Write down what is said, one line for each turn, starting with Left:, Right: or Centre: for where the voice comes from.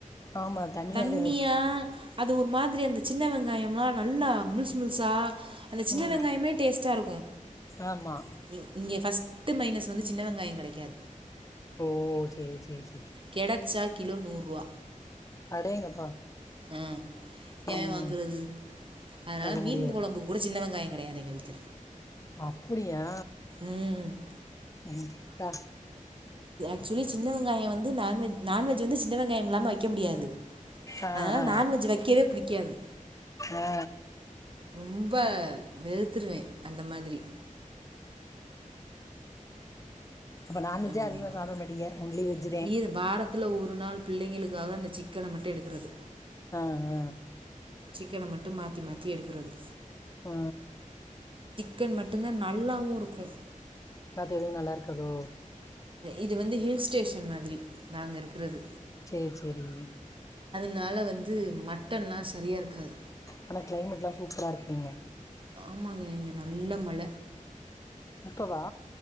Left: ஆமா தனியாதா
Right: தண்ணியா
Left: வை
Right: அது ஒரு மா திரி அந்த சின்ன வெங்காயம்லா நல்லா முழுசு முழுசா அந்த சின்ன
Left: ம்
Right: வெங்காயமே டேஸ் ட்டா இருக்கு.
Left: ஆமா
Right: இங் இங்க ஃபஸ் ட்டு மைனஸ் வந்து சின்ன வெங்காயங் கெடைக்காது.
Left: ஓ சேரி சே
Right: கெடைச்சா கிலோ நூர்ருவா
Left: அடேங்கப்பா
Right: ஆ எவே
Left: ம்
Right: வாங்குறது? அதனால
Left: அது
Right: மீன்
Left: முடியாது
Right: கொழம்புக்கு கூட சின்ன வெங்காய கெடையாது எங்க வீட்ல.
Left: அப்பிடியா
Right: ம்.
Left: ம் தா
Right: க்சுவலி சின்ன வெங்காயோ வந்து நான்வெஜ் நான்வெஜ் வந்து சின்ன வெங்காயம் இல்லாம வக்க முடியாது
Left: ஆ ஆ
Right: அதனால நான்வெஜ் வக்கவே புடிக்காது
Left: ஆ ஆ
Right: ரொம் ப வெறுத்துருவே அந்த மாதிரி
Left: அப்ப நான்வெஜ்ஜே
Right: ஆமாம்
Left: அதிகமா சாப்பட மாட்டீங்க ஒன்லி வெஜ்ஜுதே.
Right: வீர வாரத்தில் ஒரு நாள் பிள்ளைங்களுக்காக அந்த சிக்கன மட்டு எடுக்குறது
Left: ஆ ஹா
Right: சிக்கன மட்டு மாத்தி மாத்தி எடுக்கறது
Left: ஆ
Right: கன் மட்டும்தா நல்லாவு இருக்கு.
Left: மத்த எதுவு நல்லா இருக்காதோ?
Right: இது வந்து ஹில் ஸ்டேஷன் மாதிரி நாங்க இருக்கறது
Left: சேரி சேரி
Right: னால வந்து மட்டன்லா சரியா இருக்காது
Left: ஆனா கிளைமேட் எல்லா சூப்பரா இருக்கு இங்க.
Right: ஆமாங்க இங்க நல்ல மழ
Left: இப்பவா